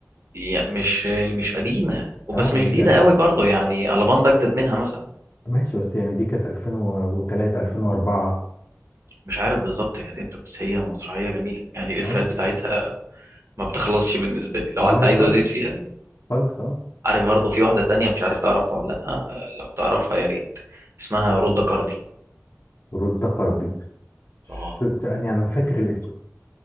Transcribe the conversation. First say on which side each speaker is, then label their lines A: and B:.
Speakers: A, on the right; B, on the left.
A: يعني مش مش قديمه وبس
B: اه يعني
A: مش جديده
B: دي
A: قوي برضه يعني الاباندا اجدد منها مثلا
B: ماشي بس يعني دي كانت 2003 2004
A: مش عارف بالظبط كانت امتى بس هي مسرحيه جميله يعني الافيهات
B: اه
A: بتاعتها ما بتخلصش بالنسبه لي لو
B: لا
A: قعدت
B: لا
A: اعيد
B: خالص
A: وازيد فيها
B: خالص اه
A: عارف برضه في واحده تانية مش عارف تعرفها ولا لا آه، لو تعرفها يا ريت اسمها رودة كاردي
B: رد قرضي ش...
A: اه
B: يعني انا فاكر الاسم